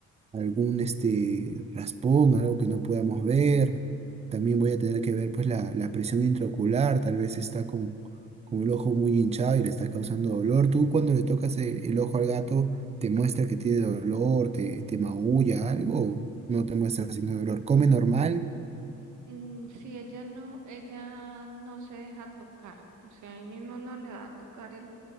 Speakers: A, on the right; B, on the right.
A: algún este raspón, algo que no podamos ver. También voy a tener que ver pues la, la presión intraocular, tal vez está con, con el ojo muy hinchado y le está causando dolor. Tú cuando le tocas el, el ojo al gato, te muestra que tiene dolor, te, te maulla algo, o no te muestra signo de dolor. Come normal.
B: Mm, sí, ella no, ella no se deja tocar, o sea, ahí mismo no le va a tocar el,